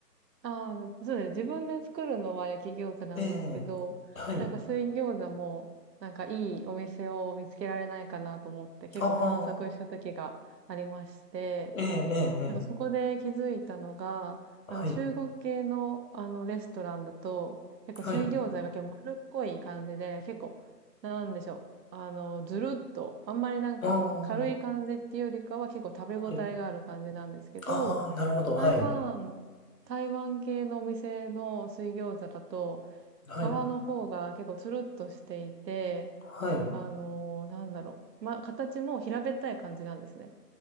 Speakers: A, on the right; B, on the left.
A: ああ、そうですね。自分で作るのは焼き餃子なんですけど、
B: ええ。はい。
A: なんか水餃子も、なんかいいお店を見つけられないかなと思って結構探索した時がありまして、
B: ああ、ええ、ええ、ええ。
A: なんかそこで気づいたのが、
B: はい。
A: あの中国系のあのレストランだと、結構水餃子が結構丸っこい感じで、
B: はい。
A: 結構、なんでしょう。あの、ずるっと、あんまりなんか軽い感じっていうよりかは結構食べ応えがある感じなんですけど、
B: ああ、はい。ああ、なるほど。はい。
A: 台湾、台湾系のお店の水餃子だと、
B: はい。
A: 皮の方が結構つるっとしていて、
B: はい。
A: あのなんだろう。ま、形も平べったい感じなんですね。